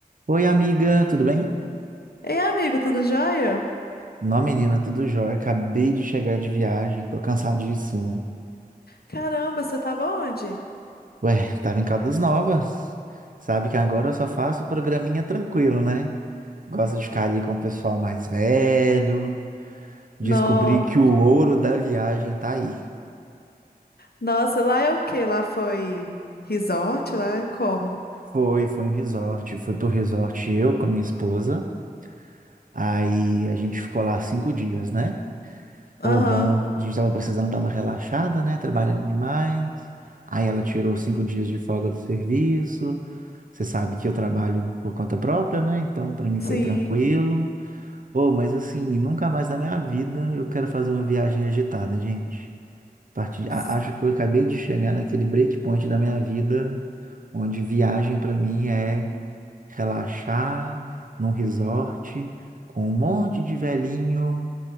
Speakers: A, on the right; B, on the left.
A: Oi, amiga, tudo bem?
B: Ei, amigo, tudo jóia?
A: Não, menina, tudo jóia. Acabei de chegar de viagem, tô cansadíssimo.
B: Caramba, você tava onde?
A: Ué, tava em Caldas Novas. Sabe que agora eu só faço programinha tranquilo, né? Gosto de ficar ali com o pessoal mais velho. Descobri
B: No...
A: que o ouro da viagem tá aí.
B: Nossa, lá é o quê? Lá foi resort? Lá é como?
A: Foi, foi um resort. Fui pro resort eu com a minha esposa. Aí a gente ficou lá cinco dias, né?
B: Aham,
A: Ô, bom, a gente tava precisando dar uma relaxada, né? Trabalhando demais. Aí ela tirou cinco dias de folga do serviço. Você sabe que eu trabalho por conta própria, né? Então, pra mim foi
B: sim.
A: tranquilo. Ô, mas assim, nunca mais na minha vida eu quero fazer uma viagem agitada, gente. Parti- a-
B: S-
A: Acho que eu acabei de chegar naquele breakpoint da minha vida, onde viagem pra mim é relaxar num resort com um monte de velhinho.